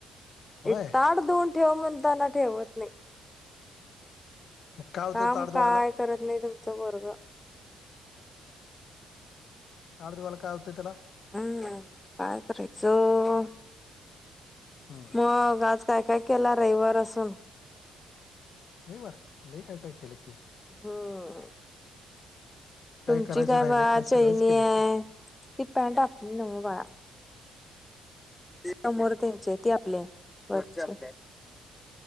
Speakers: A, on the left; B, on the left.
A: होय
B: एक ताट धुन ठेव म्हणताना ठेवत नाही
A: मग काय होतं
B: काम
A: ताड धुवायला
B: काय करत नाही तुमचा पोरगं
A: ताट धुवायला काय होतं त्याला
B: हम् काय करायचं
A: हम्म
B: मग आज काय काय केला रविवार असून
A: रविवार लय काय काय केलं की
B: हम्म तुमची
A: करायचं
B: काय
A: राहिलंय
B: बा चैणी
A: सगळंच केलं
B: आहे.
A: की
B: ती पॅन्ट आपली नव्ह बाळा समोर त्यांचे ते आपली आहे वरचे